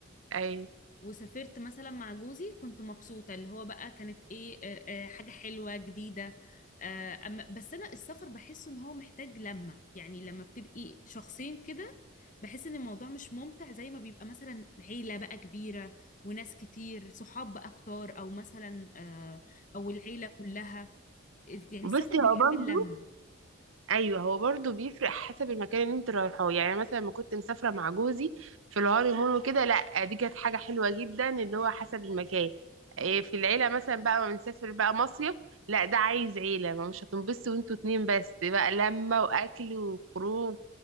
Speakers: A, on the right (about 80°); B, on the left (about 40°).
A: اي
B: وسافرت مثلا مع جوزي كنت مبسوطة اللي هو بقى كانت ايه آه، آه، حاجة حلوة جديدة آه، أما بس أنا السفر بحس إن هو محتاج لمة يعني لما بتبقي شخصين كده بحس إن الموضوع مش ممتع زي ما بيبقى مثلا عيلة بقى كبيرة وناس كتير صحاب بقى كتار أو مثلا آه، أو العيلة كلها يعني السفر
A: بصي
B: بيحب
A: هو برضو
B: اللمة
A: ايوه هو برضو بيفرق حسب المكان اللي انت رايحاه يعني أنا مثلا لما كنت مسافره مع جوزي في الهانيمون وكده لا دي كانت حاجه حلوه جدا اللي هو حسب المكان إيه في العيله مثلا بقى ما بنسافر بقى مصيف لا ده عايز عيله ما مش هتنبسطوا وانتوا اتنين بس بقى لمه واكل وخروج